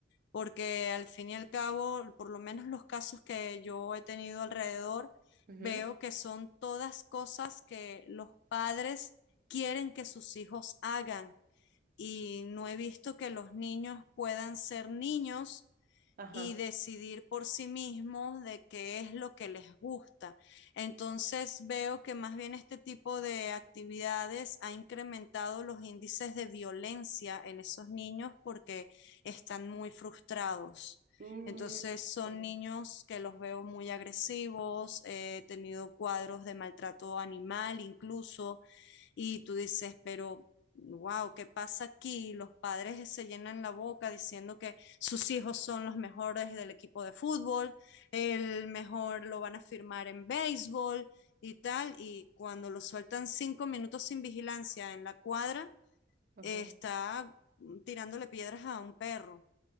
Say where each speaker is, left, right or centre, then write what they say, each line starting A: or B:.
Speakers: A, on the left; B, on the right.
A: porque al fin y al cabo, por lo menos los casos que yo he tenido alrededor,
B: ujú,
A: veo que son todas cosas que los padres quieren que sus hijos hagan y no he visto que los niños puedan ser niños
B: Ajá.
A: y decidir por sí mismos de qué es lo que les gusta. Entonces veo que más bien este tipo de actividades ha incrementado los índices de violencia en esos niños porque están muy frustrados.
B: Mm,
A: Entonces son
B: ujú,
A: niños que los veo muy agresivos, he tenido cuadros de maltrato animal incluso, y tú dices, pero wow, ¿qué pasa aquí? Los padres se llenan la boca diciendo que sus hijos son los mejores del equipo de fútbol, el mejor lo van a firmar en béisbol y tal, y cuando lo sueltan cinco minutos sin vigilancia en la cuadra,
B: ujú.
A: eh, está tirándole piedras a un perro.